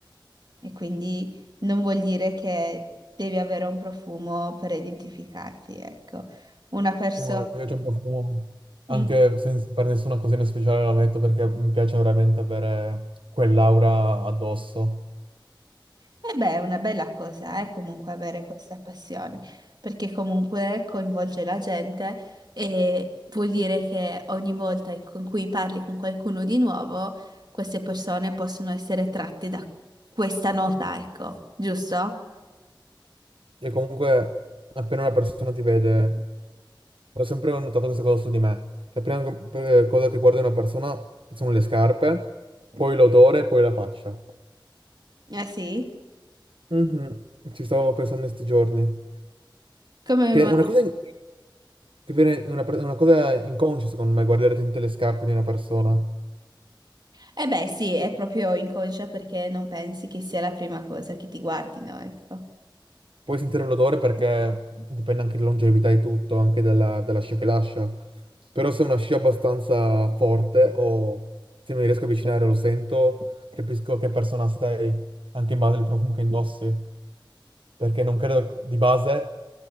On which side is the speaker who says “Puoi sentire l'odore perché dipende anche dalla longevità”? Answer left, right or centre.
Right